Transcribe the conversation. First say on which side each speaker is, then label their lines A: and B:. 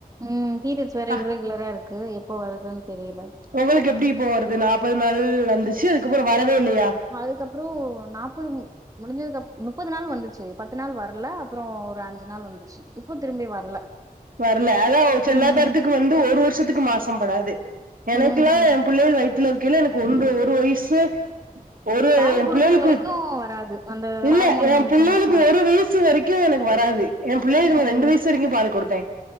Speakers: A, on the right; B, on the right.
A: ம் பீரியட்ஸ் வேற
B: அ
A: இர்ரெகுலரா இருக்கு எப்போ வருதுன் தெரில
B: ஒங்களுக்கு எப்டி இப்போ வருது நாப்பது நாள் வந்துச்சு அதுக்கப்பறோ வரவே இல்லயா
A: அதுக்கப்பறோ நாப்பது முடிஞ்சதுக்கப் முப்பது நாள் வந்துச்சு பத்து நாள் வரல அப்பறோ ஒரு அஞ் சு நிள் வந்துச்சு இப்போ திரும்பி வர்ல
B: வர்ல அதா செல்ல
A: ம்
B: பேர்த்துக்கு வந்து ஒரு வருஷத்துக்கு மாசம்படாது எனக்குல்லா
A: ம்
B: எ புள்ளைகள் வயித்துல இருக்கேல எனக்கு ஒன்ற ஒரு வயசு ஒரு
A: பால்
B: எ
A: குடுக்குற
B: புள்ளைகளுக்கு
A: வரைக்கு வராது அந்த
B: இல்ல
A: ஹார்மோன்
B: எ புள்ளைகளுக்கு
A: சேஞ்சஸ்னால
B: ஒரு வயசு வரைக்கு எனக்கு வராது எ புள்ளைகளுக்கு
A: ம்
B: நா ரெண்டு வயசு வரைக்கு பால் குடுத்தே